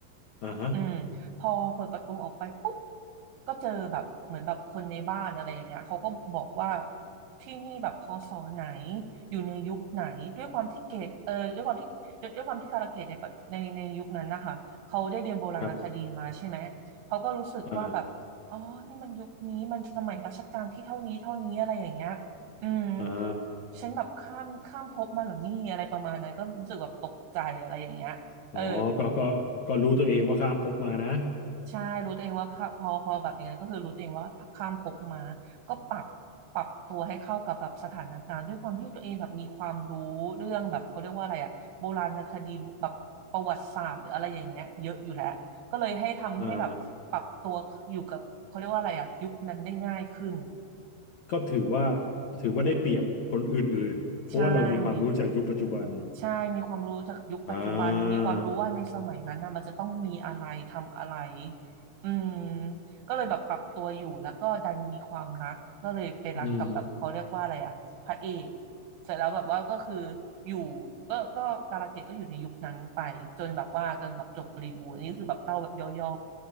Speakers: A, on the left; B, on the right.
A: อ่าฮะ
B: อืมพอเปิดประตูออกไปปุ๊บก็เจอแบบเหมือนแบบคนในบ้านอะไรอย่างเงี้ยเขาก็บอกว่าที่นี่แบบพศไหนอยู่ในยุคไหนด้วยความที่เกตเออด้วยความที่ด้วยความที่กาลเกตในปะในในยุคนั้นนะคะเขาได้เรียนโบราณคดีมาใช่ไหมเขาก็รู้สึกว่าแบบอ๋อนี่มันยุคนี้มันสมัยรัชกาลที่เท่านี้เท่านี้อะไรอย่างเงี้ย
A: ครับอ่า
B: อืม
A: อ่า
B: ฉันแบบข้ามข้ามภพมาเหรอนี่อะไรประมาณนั้นก็รู้สึกแบบตกใจอะไรอย่างเงี้ยเออ
A: อ๋อก็ก็ก็รู้ตัวเองว่าข้ามภพมานะ
B: ใช่รู้ตัวเองว่าค่ะพอพอแบบอย่างนั้นก็คือรู้ตัวเองว่าข้ามภพมาก็ปรับปรับตัวให้เข้ากับแบบสถานการณ์ด้วยความที่ตัวเองแบบมีความรู้เรื่องแบบเขาเรียกว่าอะไรอะโบราณคดีแบบประวัติศาสตร์หรืออะไรอย่างเงี้ยเยอะอยู่แล้วก็เลยให้ทำให้แบบปรับตัวอยู่กับเขาเรียกว่าอะไรอะยุคนั้นได้ง่ายขึ้น
A: อ่าก็ถือว่าถือว่าได้เปรียบคนอื่นๆเพราะว่าเรามีความรู้จากยุคปัจจุบัน
B: ใช่ ใช่มีความรู้จากยุคปัจจุบันมีความรู้ว่าในสมัยนั้นนะมันจะต้องมีอะไรทำอะไร
A: อ่า
B: อืมก็เลยแบบปรับตัวอยู่ แล้วก็ดันมีความรักก็เลยไปรักกับแบบเขาเรียกว่าอะไรอะพระเอก
A: อืม
B: เสร็จแล้วแบบว่าก็คืออยู่ก็ก็การะเกดก็อยู่ในยุคนั้นไปจนแบบว่าจนแบบจบบริบูรณ์อันนี้คือแบบเล่าแบบย่อ